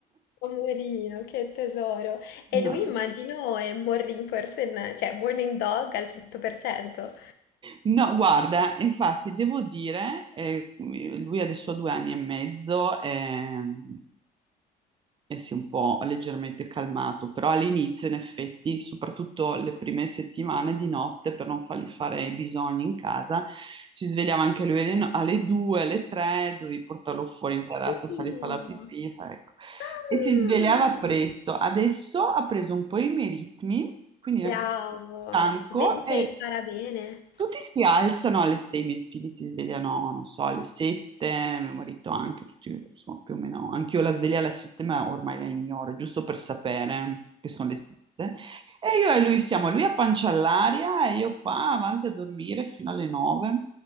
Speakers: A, on the left (about 75°); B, on the right (about 30°).
A: poverino, che tesoro. E
B: No.
A: lui immagino è un morning person, cioè morning dog al 100%.
B: No, guarda, infatti devo dire, eh, lui adesso ha due anni e mezzo, ehm, e si è un po' leggermente calmato, però all'inizio, in effetti, soprattutto le prime settimane di notte, per non fargli fare i bisogni in casa, si svegliava anche lui alle, no- alle 2, alle 3, dovevi portarlo fuori in terrazza,
A: Oddio,
B: fargli fare la pipì, fa- ecco.
A: ah,
B: E si svegliava presto. Adesso ha preso un po' i miei ritmi, quindi
A: bravo,
B: è anche stanco,
A: vedi che
B: e
A: impara bene.
B: tutti si alzano alle 6, i miei figli si svegliano, non so, alle 7, mio marito anche, tutti, insomma, più o meno. Anch'io la sveglia alle 7, ma ormai la ignoro, giusto per sapere che sono le 7. E io e lui siamo, lui a pancia all'aria e io qua avanti a dormire fino alle 9.